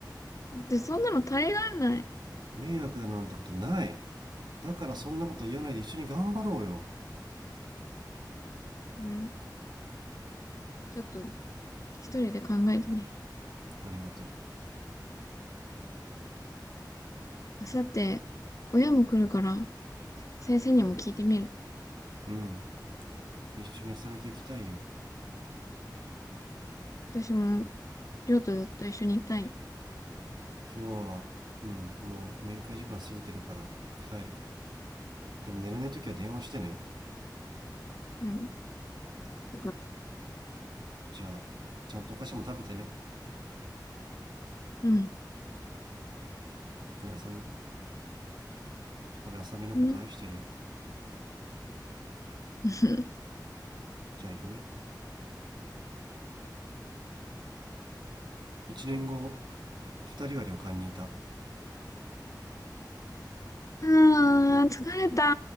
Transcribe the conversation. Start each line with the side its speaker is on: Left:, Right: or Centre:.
Left: で、そんなの足りられない。
Right: 迷惑だなんてことないだからそんなこと言わないで一緒に頑張ろうよ
Left: うん。ちょっと、一人で考えてみる。
Right: ありがと
Left: あさって、親も来るから、先生にも聞いてみる。
Right: ううん一緒に遊びと行きたいよ
Left: 私も、りょうとずっと一緒にいたい。
Right: 今日はうんもう面会時間過ぎてるから帰るでも寝れない時は電話してね
Left: うん。よかった。
Right: じゃあちゃんとお菓子も食べてね
Left: うん。
Right: ねあさみ俺あさみのこと愛してるよ
Left: うん。<laughs>
Right: じゃあ行くね1年後2人は旅館にいた
Left: ああー、疲れた。